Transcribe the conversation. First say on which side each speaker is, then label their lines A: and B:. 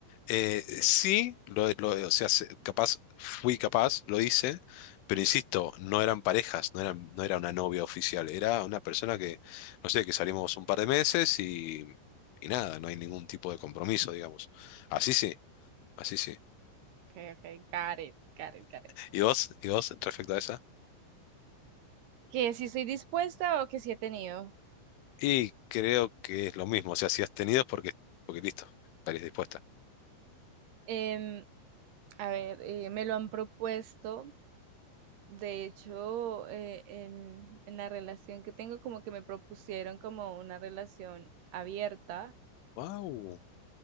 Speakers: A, on the left; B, on the right.
A: Eh, sí, lo, lo- o sea, se- capaz, fui capaz, lo hice, pero insisto, no eran parejas, no eran, no era una novia oficial, era una persona que, no sé, que salimos un par de meses y, y nada, no hay ningún tipo de compromiso, digamos. Así sí, así sí.
B: Ok, ok, got it, got it, got it.
A: ¿Y vos? ¿Y vos respecto a esa?
B: Que si soy dispuesta o que si he tenido.
A: Y creo que es lo mismo, o sea, si has tenido es porque, porque listo, estarías dispuesta.
B: Em, a ver, eh, me lo han propuesto, De hecho, eh, en, en la relación que tengo, como que me propusieron como una relación abierta.
A: Wow,